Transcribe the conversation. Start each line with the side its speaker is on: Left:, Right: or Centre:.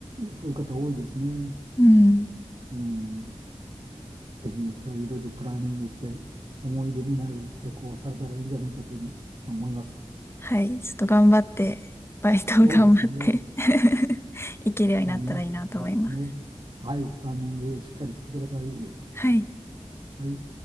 Right: そういう方多いですね。
Left: うん。
Right: うん。ぜひそれをいろいろプランニングして思い出になる旅行をされたらいいんじゃないかというふうに思います。
Left: はい。ちょっと頑張って、バイトを頑張って
Right: そうですね。
Left: <laughs> 行けるようになったらいいなと思います。
Right: プランニング、そうですね。はい、プランニングしっかりしてください。
Left: はい。
Right: はい。